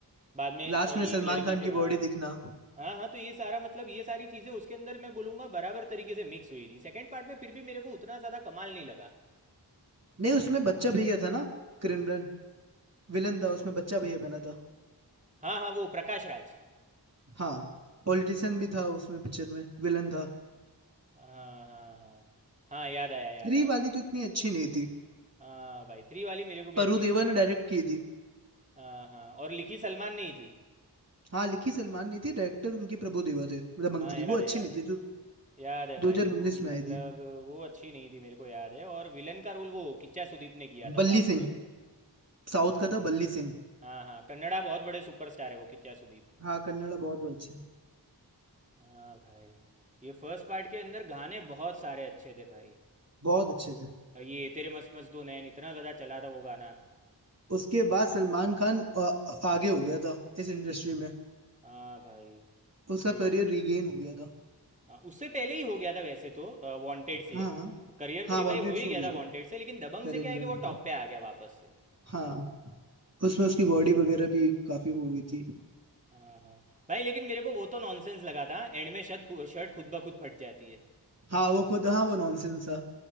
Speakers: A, on the right; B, on the right.
A: बाद में
B: लास्ट
A: ये
B: में सलमान
A: एक लड़की
B: खान
A: से
B: की
A: हाँ
B: बॉडी दिखना
A: हाँ हाँ तो ये सारा मतलब ये सारी चीज़ें उसके अंदर मैं बोलूँगा बराबर तरीके से मिक्स हुई थी सेकंड पार्ट में फिर भी मेरे को उतना ज़्यादा कमाल नहीं लगा
B: नहीं उसमें बच्चा भैया था ना क्रिमिनल विलन था उसमें बच्चा भैया बना था
A: हाँ हाँ वो प्रकाश राज
B: हाँ पॉलिटिशियन भी था उसमें पिक्चर में विलन था
A: हाँ हाँ हाँ हाँ हाँ, याद आया याद
B: थ्री
A: आया
B: वाली तो इतनी अच्छी नहीं थी
A: हाँ भाई थ्री वाली मेरे को भी
B: प्रभु
A: अच्छी नहीं
B: देवा
A: लगी
B: ने डायरेक्ट की थी
A: हाँ हाँ और लिखी सलमान नहीं थी
B: हाँ लिखी सलमान नहीं थी डायरेक्टर उनके प्रभु देवा थे दबंग
A: हाँ
B: थ्री
A: याद
B: वो अच्छी
A: है याद
B: नहीं थी
A: है
B: जो
A: याद है
B: 2019
A: भाई वो
B: में आई
A: मतलब
B: थी
A: वो अच्छी नहीं थी मेरे को याद है और विलन का रोल वो किच्चा सुदीप ने किया था
B: बल्ली
A: साउथ
B: सिंह
A: का
B: साउथ का था बल्ली सिंह
A: हाँ हाँ कन्नड़ा बहुत बड़े सुपरस्टार है वो किच्चा सुदीप
B: हाँ कन्नड़ा बहुत अच्छे
A: हाँ भाई ये फर्स्ट पार्ट के अंदर गाने बहुत सारे अच्छे थे भाई
B: बहुत अच्छे थे
A: और ये तेरे मस्त मस्त दो नैन इतना ज़्यादा चला था वो गाना
B: उसके बाद
A: हाँ
B: सलमान खान आ, आगे हो गया था इस इंडस्ट्री में
A: हाँ भाई
B: उसका
A: ये
B: करियर रिगेन हो गया था
A: हाँ, उससे पहले ही हो गया था वैसे तो वांटेड से
B: हाँ हाँ
A: करियर तो
B: हाँ
A: रिवाइव
B: वांटेड
A: हो ही
B: से
A: गया
B: हो गया
A: था
B: था
A: वांटेड से लेकिन दबंग
B: करियर
A: से क्या
B: रिवाइव
A: है कि वो
B: में
A: टॉप पे आ गया वापस से
B: हाँ उसमें उसकी बॉडी वगैरह भी काफी वो हुई थी
A: हाँ हाँ भाई लेकिन मेरे को वो तो नॉनसेंस लगा था एंड में शर्ट खु- शर्ट खुद ब खुद फट जाती है
B: हाँ वो खुद हाँ वो नॉनसेंस था